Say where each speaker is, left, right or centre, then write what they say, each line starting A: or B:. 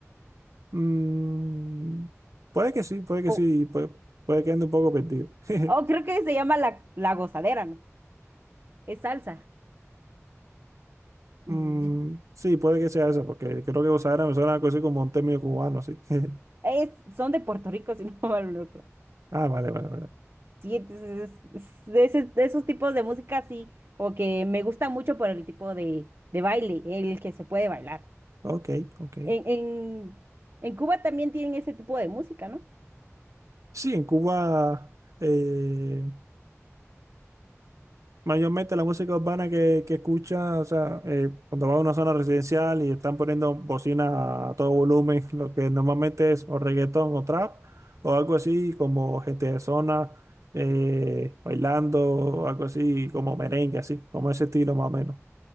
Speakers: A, on the right; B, on the right.
A: Mm, puede que sí, puede que
B: O
A: sí, puede, puede que ande un poco perdido. <laughs>
B: o creo que se llama la, la gozadera, ¿no? Es salsa.
A: Mm,
B: Y-
A: sí, puede que sea eso porque creo que Osadera me suena algo así como un término cubano, sí. <laughs>
B: Es, son de Puerto Rico, <laughs> si no mal no recuerdo.
A: Ah, vale, vale, vale.
B: Sí, entonces es- es- de ese- de esos tipos de música sí, como que me gusta mucho por el tipo de, de baile, el que se puede bailar.
A: Ok, ok.
B: En, en, en Cuba también tienen ese tipo de música, ¿no?
A: Sí, en Cuba. eh, Mayormente la música urbana que, que escucha, o sea, eh, cuando va a una zona residencial y están poniendo bocina a todo volumen, <laughs> lo que normalmente es o reggaetón o trap, o algo así como gente de zona eh, bailando, o algo así como merengue, así, como ese estilo más o menos.